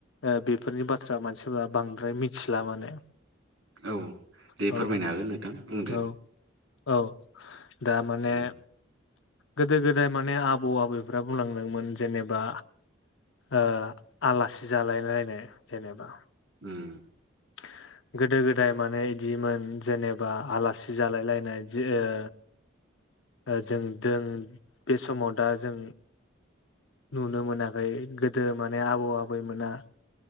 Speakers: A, on the left; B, on the right.
A: ओ बेफोरनि बाथ्रा मानसिफोरा बांद्राय मिथिला माने
B: औ दे
A: औ
B: फोरमायनो हागोन नोंथां बुंदो
A: औ औ दा माने
B: उम
A: गोदो-गोदाय माने आबौ आबैफ्रा बुंलांदोंमोन जेनेबा ओ आलासि जालायलायनाय जेनेबा
B: उम
A: <unintelligible> गोदो-गोदाय माने इदिमोन जेनेबा आलासि जालायलायनाय जे ओ ओ जों दों बे समाव दा जों नुनो मोनाखै गोदो माने आबौ आबैमोना